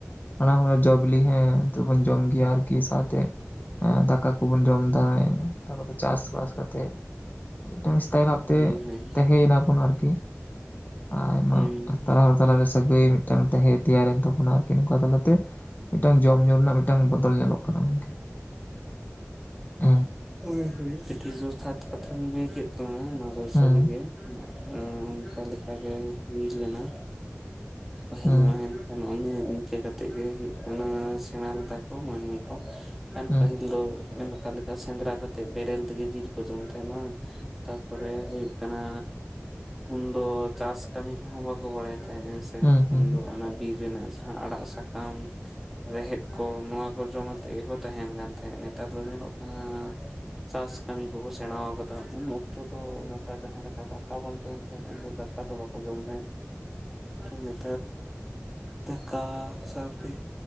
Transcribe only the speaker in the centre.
ᱦᱳᱭ ᱦᱳᱭ
ᱦᱩᱸ
ᱦᱳᱭ ᱦᱳᱭ ᱟᱹᱰᱤ ᱡᱚᱛᱷᱟᱛ ᱠᱟᱛᱷᱟᱢ ᱞᱟᱹᱭ ᱠᱮᱫ ᱛᱟᱞᱟᱝᱟ᱾ ᱚᱱᱟ ᱫᱚ
ᱥᱟᱹᱨᱤᱜᱮ ᱟᱸ ᱚᱱᱠᱟ ᱞᱮᱠᱟ ᱜᱮ ᱦᱩᱭ ᱞᱮᱱᱟ᱾ ᱯᱟᱹᱦᱤᱞ
ᱢᱟ ᱮᱱᱠᱷᱟᱱ ᱚᱱᱮ ᱤᱱᱠᱟᱹ ᱠᱟᱛᱮᱜ ᱜᱮ ᱦᱩᱭᱩᱜ ᱠᱟᱱᱟ ᱥᱮᱬᱟ ᱞᱮᱫᱟ ᱠᱚ ᱢᱟᱹᱱᱢᱤ ᱠᱚ᱾ ᱠᱟᱱ
ᱯᱟᱹᱦᱤᱞ ᱫᱚ ᱮᱱᱠᱟ ᱞᱮᱠᱟ ᱥᱮᱸᱫᱽᱨᱟ ᱠᱟᱛᱮᱜ ᱵᱮᱨᱮᱞ ᱛᱮᱜᱮ ᱡᱤᱞ ᱠᱚ ᱡᱚᱢ ᱛᱟᱦᱮᱸᱱᱟ ᱵᱟᱝ᱾ ᱛᱟᱯᱚᱨᱮ ᱦᱩᱭᱩᱜ ᱠᱟᱱᱟ ᱩᱱ ᱫᱚ ᱪᱟᱥ ᱠᱟᱹᱢᱤ ᱠᱚᱦᱚᱸ ᱵᱟᱠᱚ ᱵᱟᱲᱟᱭ ᱛᱟᱦᱮᱸᱫ ᱾ ᱦᱮᱸ ᱥᱮ?
ᱚᱱᱟ ᱵᱤᱨ ᱨᱮᱱᱟᱜ ᱡᱟᱦᱟᱸ ᱟᱲᱟᱜ ᱥᱟᱠᱟᱢ ᱨᱮᱦᱮᱫ ᱠᱚ ᱱᱚᱣᱟ ᱠᱚ ᱡᱚᱢ ᱠᱟᱛᱮᱫ ᱜᱮᱠᱚ ᱛᱟᱦᱮᱱ ᱠᱟᱱ ᱛᱟᱦᱮᱸᱫ ᱾ ᱱᱮᱛᱟᱨ ᱫᱚ ᱧᱮᱞᱚᱜ ᱠᱟᱱᱟ ᱪᱟᱥ ᱠᱟᱹᱢᱤ ᱠᱚᱠᱚ ᱥᱮᱬᱟᱣ ᱟᱠᱟᱫᱟ ᱾ ᱩᱱ ᱚᱠᱛᱚ ᱫᱚ ᱱᱚᱝᱠᱟ ᱡᱟᱦᱟᱸ ᱞᱮᱠᱟ ᱫᱟᱠᱟ ᱵᱚᱱ ᱡᱚᱢ ᱛᱟᱦᱮᱸᱫ ᱚᱱᱟ ᱫᱟᱠᱟ ᱫᱚ ᱵᱟᱝ ᱠᱚ ᱡᱚᱢ ᱛᱟᱦᱮᱸᱫ ᱾ ᱱᱤᱛ ᱫᱟᱠᱟ ᱥᱟᱶᱛᱮ